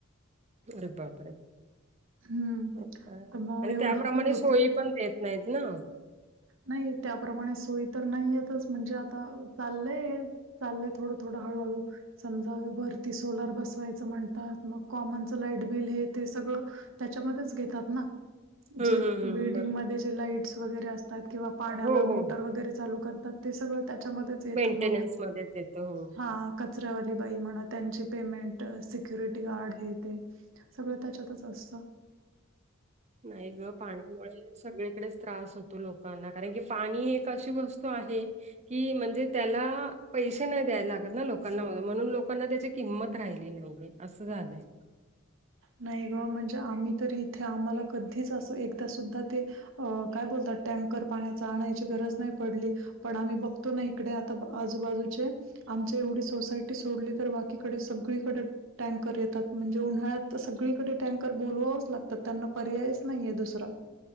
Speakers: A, on the right (about 35°); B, on the right (about 65°).
A: अरे बापरे
B: हं.
A: मग काय
B: तर मग
A: आणि
B: एवढं
A: त्याप्रमाणे
B: खूप होतं.
A: सोयी पन देत नईतना.
B: नई त्याप्रमाणे सोईतर नाईयेतच म्हंजे आता चाल्लंय. चाललंय थोडं थोडं हळूहळू. समजा य वरती सोलार बसवायचं म्हणतात मग कॉमनचं लाईट बिल हे ते सगळ. त्याच्यामध्येच घेतातना.
A: हं
B: जे
A: हं हं.
B: बिल्डिंगमदे
A: बरं.
B: जे लाईट्स वगैरे असतात किंवा पाण्याला
A: हो
B: मोटर
A: हो.
B: वगैरे चालू करतात. ते सगळं त्याच्यामध्येच येतंम
A: मेंटेनन्समध्येच येतं हो.
B: हां. कचऱ्यावाली बाई म्हणा त्यांची पेमेंटं सिक्युरिटी गार्ड हे ते. सगळं त्याच्यातच अस्त.
A: नाई ग पाण्यामुळे सगळीकडेच त्रास होतो लोकांना कारणकी पाणी एक अशी वस्तू आहे की म्हंजे त्याला पैशे नाय द्यायलागतना लोकांना मनू म्हणून लोकांना त्याची किंमत राहिली नाहीये. अस्स झालंय.
B: न्हाईग म्हंजे आम्ही तर इथे आम्हाला कध्धीच अस एकदा सुद्धा ते अ काय बोलता टँकर पाण्याचा आणायची गरज नाय पडली. पण आम्ही बघतो ना इकडे आता अ आजूबाजूचे. आमची येवढी सोसायटी सोडली तर बाकीकडे सगळीकडे टँ कर येतात म्हणजे उन्हाळ्यात् त् सगळीकडे टँकर बोलवावंच लागतात त्यांना पर्यायच नाहीये दुसरा.